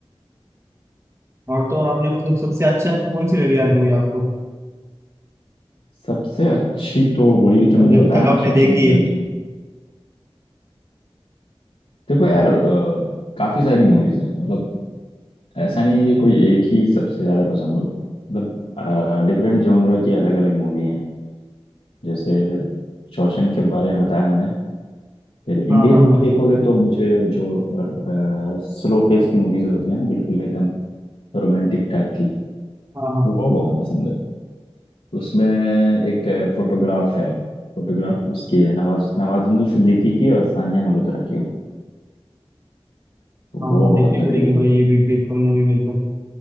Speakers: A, on the right; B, on the left.
A: और तो और आपने मतलब सबसे अच्छी आपको कौन सी लगी यार मूवी आपको
B: सबसे अच्छी तो वही
A: मतलब
B: जो मैंने
A: जब
B: बताया
A: तक
B: ना
A: आपने
B: शॉशैंक
A: देखी
B: रिडेम्पशन
A: है
B: देखो यार अ, काफी सारी मूवीज हैं मतलब ऐसा नहीं है कि कोई एक ही सबसे ज्यादा पसंद हो मतलब डिफरेंट जॉनरा की अलग अलग मूवी हैं जैसे शॉशैंक के बारे में बताया मैंने फिर इंडियन
A: हाँ हाँ
B: में
A: हाँ
B: देखोगे तो मुझे जो स्लो पेस की मूवीज होती है ना बिल्कुल एकदम रोमांटिक टाइप की
A: हाँ हाँ
B: वो बहुत पसंद है उसमें एक फोटोग्राफ है फोटोग्राफ उसकी है नवाज नवाजुद्दीन सिद्दीकी की और सानिया मल्होत्रा की तो
A: हाँ
B: वो
A: हाँ देखनी
B: बहुत तगड़ी
A: पड़ेगी
B: है
A: भाई ये भी फिर को मूवी मेरे को